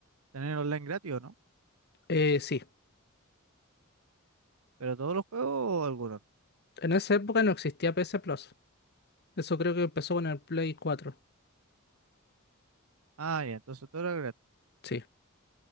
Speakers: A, on the right; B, on the left.
A: tener online gratis o no,
B: Eh, sí,
A: pero todos los juegos o algunos. no?
B: en esa época no existía PS Plus. Eso creo que empezó con el Play 4.
A: Ah, ya, entonces todo era gratis.
B: Sí.